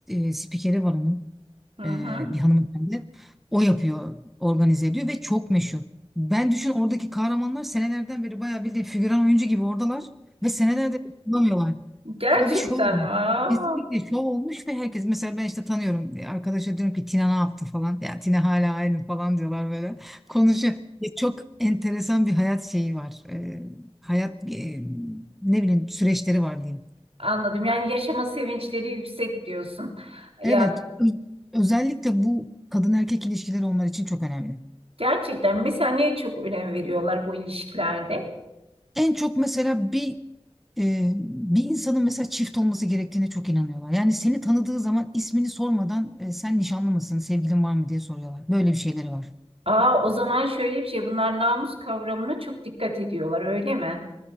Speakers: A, in the centre; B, on the right.
A: e, spikeri var onun.
B: Hı
A: e,
B: hı.
A: bir hanımefendi. O yapıyor, organize ediyor ve çok meşhur. Ben düşün oradaki kahramanlar senelerden beri bayağı bildiğin figüran oyuncu gibi oradalar ve senelerdir bulamıyorlar.
B: <laughs> Gerçekten.
A: O bir şov olmuş.
B: Aa,
A: Kesinlikle şov olmuş ve herkes mesela ben işte tanıyorum arkadaşa diyorum ki Tina ne yaptı falan ya Tina hala aynı falan diyorlar böyle konuşuyor. Ya Çok enteresan bir hayat şeyi var. E, hayat e, ne bileyim süreçleri var diyeyim.
B: anladım. Yani yaşama sevinçleri yüksek diyorsun.
A: Evet,
B: Ya
A: ö- özellikle bu kadın erkek ilişkileri onlar için çok önemli.
B: Gerçekten mesela neye çok önem veriyorlar bu ilişkilerde?
A: En çok mesela bir e, bir insanın mesela çift olması gerektiğine çok inanıyorlar. Yani seni tanıdığı zaman ismini sormadan e, sen nişanlı mısın, sevgilin var mı diye soruyorlar. Böyle bir şeyleri var.
B: Aa, o zaman şöyle bir şey, bunlar namus kavramına çok dikkat ediyorlar, öyle mi?